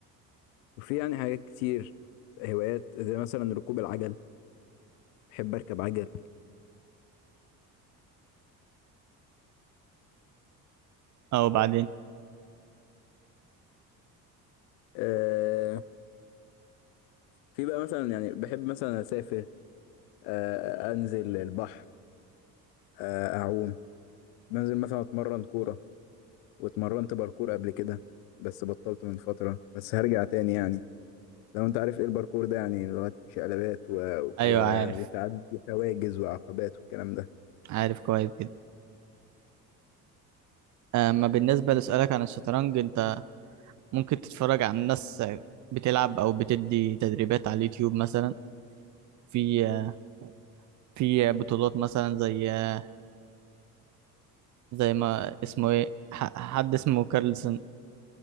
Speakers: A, on the left; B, on the right.
A: وفي يعني حاجات كتير هوايات زي مثلا ركوب العجل بحب اركب عجل
B: أو بعدين
A: آه، في بقى مثلا يعني بحب مثلا اسافر آه، انزل البحر آه، اعوم بنزل مثلا اتمرن كوره واتمرنت باركور قبل كده بس بطلت من فتره بس هرجع تاني يعني لو انت عارف ايه الباركور ده يعني لغاية شقلبات و...
B: أيوه
A: و...
B: عارف
A: وتعدي حواجز وعقبات والكلام ده
B: عارف كويس جدا اما بالنسبة لسؤالك عن الشطرنج انت ممكن تتفرج على ناس بتلعب او بتدي تدريبات على اليوتيوب مثلا في آه، في بطولات مثلا زي آه، زي ما اسمه ايه ح- حد اسمه كارلسن